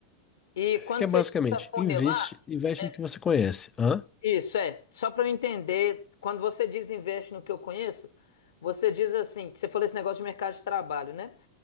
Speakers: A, on the left; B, on the left.
A: E quando
B: Que é
A: você
B: basicamente,
A: tira a funilar,
B: investe, investe
A: é,
B: no que você conhece. Hã?
A: Isso é, só para eu entender, quando você diz investe no que eu conheço, você diz assim, que você falou esse negócio de mercado de trabalho, né?